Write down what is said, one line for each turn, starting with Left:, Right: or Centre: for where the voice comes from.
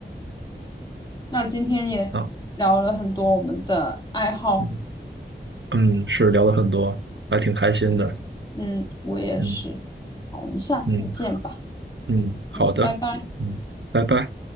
Left: 那今天也聊了很多我们的爱好。
Right: 啊，嗯嗯，是聊了很多，还挺开心的，
Left: 嗯，我也是。
Right: 嗯
Left: 好，我们下次见吧。
Right: 嗯。嗯，好的，
Left: 嗯，拜拜。
Right: 嗯，拜拜。